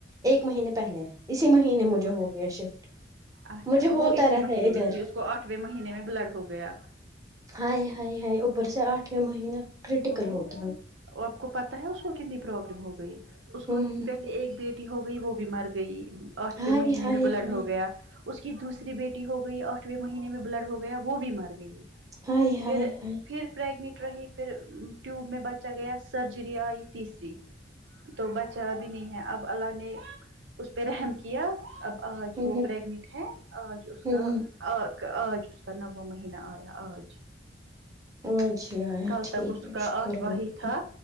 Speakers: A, on the right; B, on the right.
A: ایک مہینے پہلے اسی مہینے مجھے
B: اچھا
A: ہو گیا شفٹ
B: اچھا
A: مجھے ہوتا
B: وہ اسی
A: رہتا
B: مہینے
A: ہے ادھر
B: میں تھی اس کو آٹھویں مہینے میں بلڈ ہو گیا
A: ہائے ہائے ہائے اوپر سے آٹھویں مہینہ کرٹیکل
B: او
A: ہوتا ہے
B: آپ کو پتا ہے اس کو کتنی پرابلم ہو گئی اس کو
A: ہمم
B: پہلے ایک بیٹ ہو گئی وہ بھی مر گئی آٹھویں
A: ہائے
B: مہینے
A: ہائے
B: میں بلڈ
A: ہائے
B: ہو گیا اس کی دوسری بیٹی ہو گئی آٹھویں مہینے میں بلڈ ہو گیا وہ بھی مر گئی
A: ہائے
B: پھر
A: ہائے ہائے
B: پھر پریگنٹ رہی پھر ٹیوب میں بچ گیا سرجری آئی تیسری تو بچا بھی نہیں ہے اب اللہ نے اس پہ رحم کیا اب آج
A: ہمم
B: وہ پریگنٹ ہے آج اس
A: ہمم
B: کا آ آج اس کا نواں مہینہ آیا آج
A: ا جھ
B: کل
A: ٹھیک
B: تک اس
A: ہے
B: کا
A: شکر
B: آٹھواں
A: اللہ
B: ہی
A: اللہ
B: تھا